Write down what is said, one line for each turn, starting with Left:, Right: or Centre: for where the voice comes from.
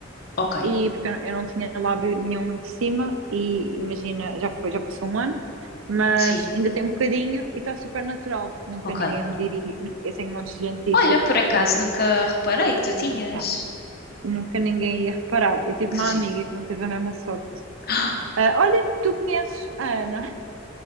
Left: Ok,
Right: e porque eu, não eu não tinha lábio nenhum de cima e imagina, já foi, já passou um ano, mas
Left: sim,
Right: ainda tem um bocadinho e está super natural. Nunca
Left: ok.
Right: ninguém me diria, eu tenho montes de gente que
Left: Olha,
Right: diz, tipo,
Left: por acaso
Right: eu não-
Left: nunca reparei que tu tinhas.
Right: é, nunca ninguém ia reparar. Eu tive
Left: Que
Right: uma
Left: giro.
Right: amiga que não teve a mesma sorte.
Left: <gasps>
Right: Ah, olha, tu conheces a Ana?